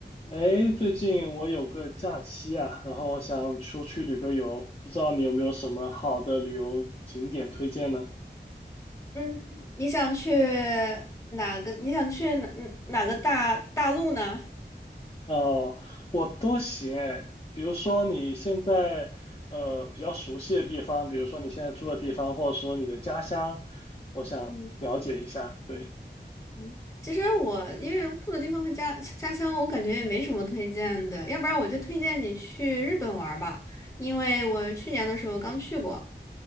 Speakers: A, on the left; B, on the left.
A: 哎，最近我有个假期啊，然后我想出去旅个游，不知道你有没有什么好的旅游景点推荐呢？
B: 嗯，你想去哪个？你想去哪哪个大大陆呢？
A: 哦，我都行哎，比如说你现在呃比较熟悉的地方，比如说你现在住的地方，或者说你的家乡，我想了解一下。
B: 嗯
A: 对，
B: 嗯其实我因为住的地方和家家乡，我感觉也没什么推荐的，要不然我就推荐你去日本玩儿吧，因为我去年的时候刚去过。